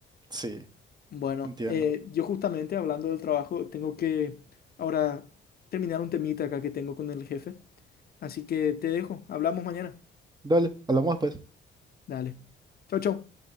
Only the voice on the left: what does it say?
Bueno,
eh, yo justamente hablando del trabajo, tengo que ahora terminar un temita acá que tengo con el jefe, así que te dejo, hablamos mañana.
Dale. Chau, chau.